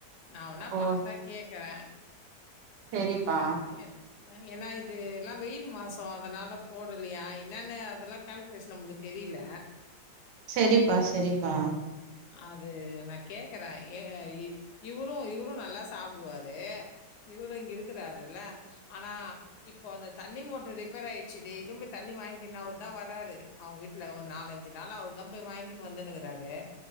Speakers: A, on the left; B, on the right.
A: நா வோனா
B: ஓ
A: பாத்தா கேக்கற
B: செரிப்பா
A: ஏன் ஏன்னா இதுலா வெயில் மாசொ அதனால போடலையா என்னான்னு அதலா கால்குலேசன் நம்முக்கு தெரியில
B: செரிப்பா செரிப்பா
A: அது நா கேக்கற ஏ இவுரும் இவுரும் நல்லா சாப்டுவாரு இவுரு இங்க இருக்கிறாருல்ல ஆனா இப்போ அந்த தண்ணி மோட்ரு ரிப்பேராயிர்ச்சி டெய்லியும் போய் தண்ணி வாங்கிக்கின் அவுர்தா வராரு அவுங்க வீட்ல ஒரு நாலஞ்சு நாளா அவர்தா போய் வாங்கிக்னு வந்துனுக்றாரு